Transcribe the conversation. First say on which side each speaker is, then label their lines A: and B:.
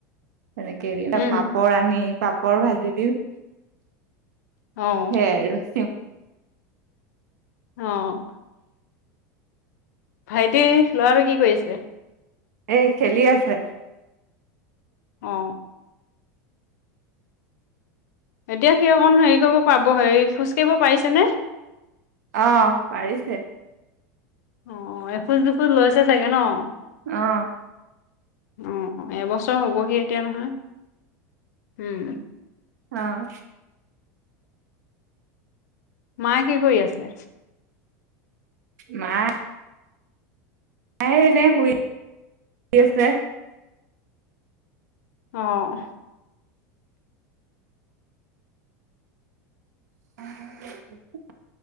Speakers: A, on the right; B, on the left.
A: তেনেকে হেৰি এটা
B: উম,
A: পাপৰ আনি পাপৰ ভাজি দি সেইয়াই
B: অ',
A: আৰু <inaudible>
B: অ ভাইটি লৰাটো কি কৰি আছে
A: এ খেলি আছে
B: অ এতিয়া সি অকণ হেৰি কৰিব পাব হেৰি খোজকাাঢ়িব পাৰিছেনে
A: অ পাৰিছে
B: অ এখোজ দুখোজ লৈছে চাগে ন
A: অঁ
B: উম অ এবছৰ হ'বহি এতিয়া নহয় হম
A: অঁ
B: মায়ে কি কৰি আছে
A: মা এাই এনে শুই শ আছে
B: অঁ
A: <inaudible>